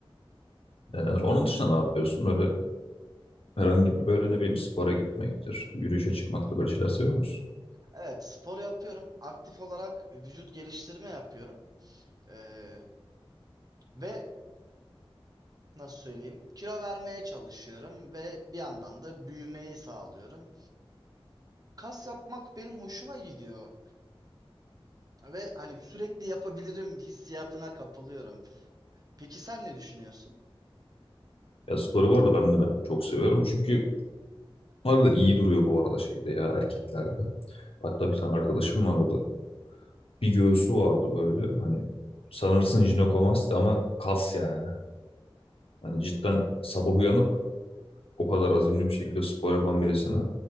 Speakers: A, on the left; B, on the right.
A: Ee, onun dışında ne yapıyorsun? Öyle herhangi bir böyle ne bileyim spora gitmektir, yürüyüşe çıkmaktır böyle şeyler seviyor musun?
B: Evet spor yapıyorum. Aktif olarak vücut geliştirme yapıyorum. Ee, Ve nasıl söyleyeyim? Kilo vermeye çalışıyorum ve bir yandan da büyümeyi sağlıyorum. Kas yapmak benim hoşuma gidiyor ve hani sürekli yapabilirim hissiyatına kapılıyorum. Peki sen ne düşünüyorsun?
A: Ya sporu bu arada ben de ben çok seviyorum. Çünkü harbiden iyi duruyor bu arada şeyde ya erkeklerde. Hatta bir tane arkadaşım vardı. Bir göğsü vardı böyle. Hani sanırsın jinekomasti ama kas yani. Hani cidden sabah uyanıp o kadar azimli bir şekilde spor yapan birisini